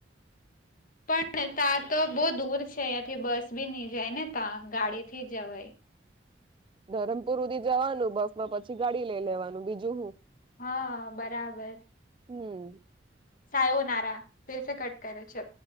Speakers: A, on the left; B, on the right.
A: પણ ત્યાં તો બહુ દૂર છે અહંથી બસ બી નહી જાય ને ત્યા ગાડી થી જવાય.
B: ધરમપુર સુધી જવાનું બસ માં પછી ગાડી લઈ લેવાનું બીજું હું.
A: હા બરાબર.
B: હમ
A: સાાયો નારા ફેરસે કટ કરે છે.